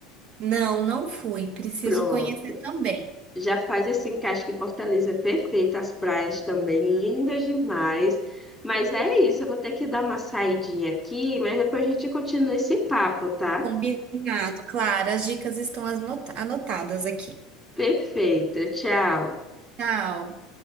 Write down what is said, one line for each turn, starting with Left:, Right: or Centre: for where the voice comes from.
Right: Não, não fui. Preciso
Centre: Pronto.
Right: conhecer também.
Centre: Já faz esse encaixe que Fortaleza é perfeita, as praias também lindas demais. Mas é isso, eu vou ter que dar uma saidinha aqui, mas depois a gente continua esse papo, tá?
Right: Combinado, claro. As dicas estão anota- anotadas aqui.
Centre: Perfeito, tchau.
Right: Tchau.